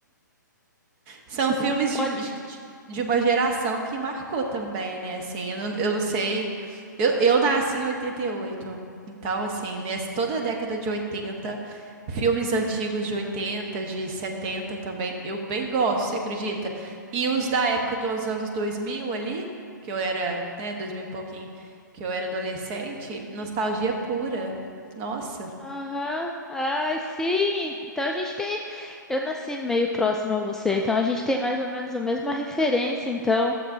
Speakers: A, on the right (about 30°); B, in the centre.
A: São filmes
B: Você não pode.
A: de, de, de uma geração que marcou também, né? Assim, eu não, eu não sei. Eu, eu nasci em oitenta e oito Então, assim, nessa, toda a década de oitenta filmes antigos de oitenta de 70 também, eu bem gosto, você acredita? E os da época dos anos 2000 ali, que eu era, né, 2000 e pouquinho, que eu era adolescente, nostalgia pura. Nossa.
B: Aham, Ai, sim. Então a gente tem. Eu nasci meio próximo a você, então a gente tem mais ou menos a mesma referência, então.